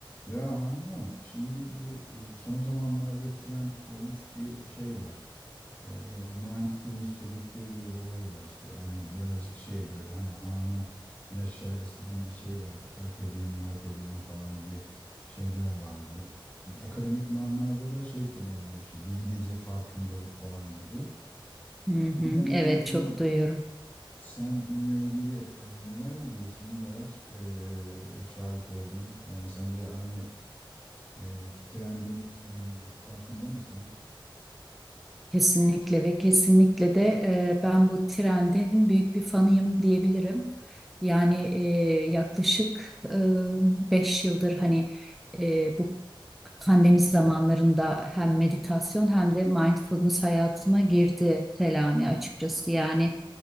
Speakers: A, on the left; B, in the centre.
A: Ya Handan, şimdi bu e, son zamanlarda trend olmuş bir şey var. Ya bu mindfulness dedikleri bir olay var işte. Yani birazcık şey böyle hani anı yaşa eskiden bir şey vardı. Carpe diem, marpe diem falan gibi şeyler vardı. Akademik manada da şey kullanılıyor işte bilgece farkındalık falan gibi.
B: Hı hı,
A: Bununla ilgili
B: evet
A: sen,
B: çok duyuyorum.
A: sen bununla ilgili e, neler biliyorsun, neler e, şahit oldun? Yani sen de aynı e, trendin e, farkında mısın?
B: Kesinlikle ve kesinlikle de e, ben bu trendin büyük bir fanıyım diyebilirim. Yani e, yaklaşık e, 5 yıldır hani e, bu pandemi zamanlarında hem meditasyon hem de mindfulness hayatıma girdi Selami açıkçası. Yani